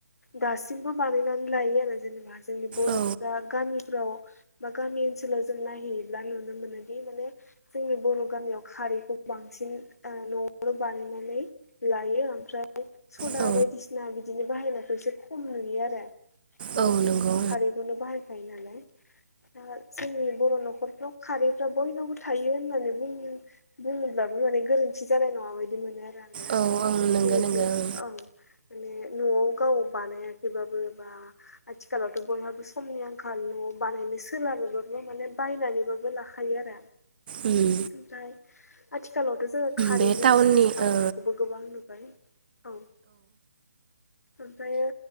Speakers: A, on the left; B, on the right.
A: दासिमबो बानायनानै लायो आरो जेनेबा जोंनि बरफ्रा
B: उम औ
A: गामिफ्राव बा गामि ओनसोलाव जों नायहैयोब्ला नुनो मोनोदि माने जोंनि बर गामियाव खारैखौ बांसिन नआवनो बानायनानै लायो ओमफ्राय सना
B: औ
A: बायदिसिना बिदिनो बाहायनायखौ एसे खम नुयो आरो जिहेथु
B: औ नंगौ
A: बेनि बाहायखायो नालाय दा जोंनि बर नखरफ्राव खारैफ्रा बयनावबो थायो होननानै बुं बुङोब्लाबो माने गोरोन्थि जानाय नङा बायदि मोनो आरो ना?
B: औ औ नंगौ
A: जिहेथु
B: नंगौ ओं
A: औ माने नआव गाव बानायाखैबाबो बा आथिखालाव बयहाबो समनि आंखाल नआव बानायनो सोलाबाबाबो माने बायनानैबाबो लाखायो आरो।
B: उम
A: ओमफ्राय आथिखालावथ जोङो खारैनि
B: बे टाउननि
A: बिजनेस खालामनायखौबो
B: ओ
A: गोबां नुबाय। औ। ओमफ्रायो